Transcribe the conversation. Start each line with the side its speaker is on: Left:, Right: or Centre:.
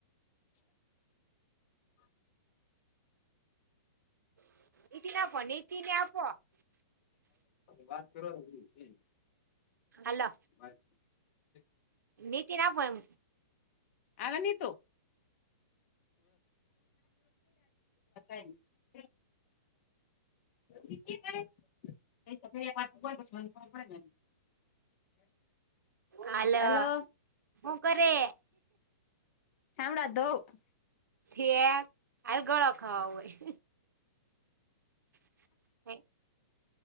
Left: <inaudible>
Right: <unintelligible>
Left: વાત કરવા <unintelligible>
Right: હલો.
Left: <unintelligible>
Right: નીતિન આપો એમ.
Left: આલે નીતુ. <unintelligible> <inaudible>
Right: હાલો.
Left: હલો
Right: હું કરે?
Left: <unintelligible>
Right: ઠેક. હાલ ગોળો ખાવો હોય. <inaudible>